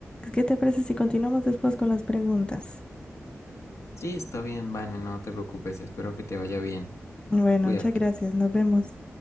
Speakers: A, on the left (about 20°); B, on the left (about 70°).
A: ¿Qué te parece si continuamos después con las preguntas?
B: sí, está bien, Vane, no te preocupes, espero que te vaya bien.
A: Bueno,
B: Cuídate.
A: muchas gracias. Nos vemos.